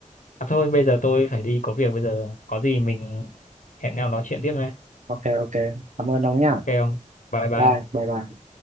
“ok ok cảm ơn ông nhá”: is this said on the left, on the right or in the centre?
Right